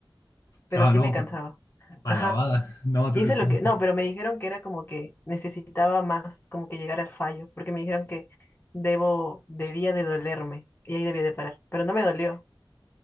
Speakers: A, on the left; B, on the left.
A: pero
B: Ah,
A: sí
B: no,
A: me cansaba.
B: alabada.
A: Ajá.
B: No, t-
A: Y
B: t-
A: eso es lo que, no, pero me dijeron que era como que necesitaba más, como que llegar al fallo, porque me dijeron que debo, debía de dolerme y ahí debía de parar, pero no me dolió.